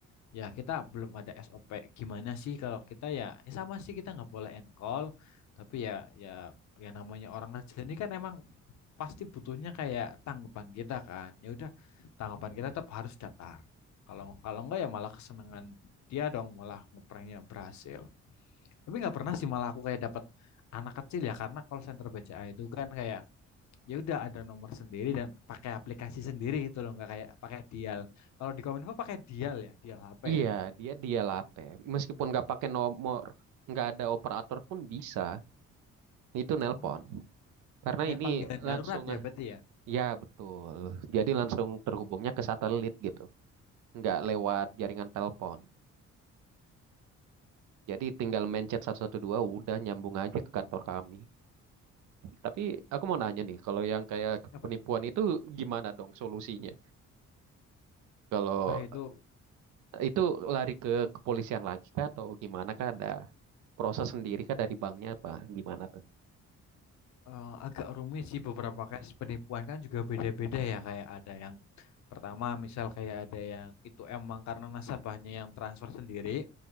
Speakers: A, on the left (about 65°); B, on the right (about 75°).
A: Ya, kita belum ada SOP. Gimana sih kalau kita ya, ya sama sih kita nggak boleh end call. Tapi ya, ya, ya namanya orang kerja ini kan emang pasti butuhnya kayak tanggapan kita kan. Ya udah, tanggapan kita tetap harus datar. Kalau kalau enggak ya malah kesenangan dia dong, malah ngepranknya berhasil. Tapi nggak pernah sih malah aku kayak dapat anak kecil ya karena call center BCA itu kan kayak ya udah ada nomor sendiri dan pakai aplikasi sendiri gitu loh nggak kayak pakai dial kalau di Kominfo pakai dial ya dial HP
B: Iya,
A: ya
B: dia dia latte. Meskipun nggak pakai nomor, nggak ada operator pun bisa. Itu nelpon.
A: Oh.
B: Karena
A: Kayak
B: ini
A: panggilan darurat
B: langsung,
A: ya
B: ah,
A: berarti ya.
B: ya betul. Jadi langsung terhubungnya ke satelit gitu. Nggak lewat jaringan telepon. Jadi tinggal mencet 112 udah nyambung aja ke kantor kami. Tapi aku mau nanya nih, kalau yang kayak
A: Apa
B: penipuan
A: tuh?
B: itu gimana dong solusinya? Kalau
A: Wah itu
B: eh, itu lari ke kepolisian lagi kah atau gimana kah ada proses sendiri kah dari banknya apa gimana tuh?
A: eh, agak rumit sih beberapa kasus penipuan kan juga beda-beda ya kayak ada yang pertama misal kayak ada yang itu emang karena nasabahnya yang transfer sendiri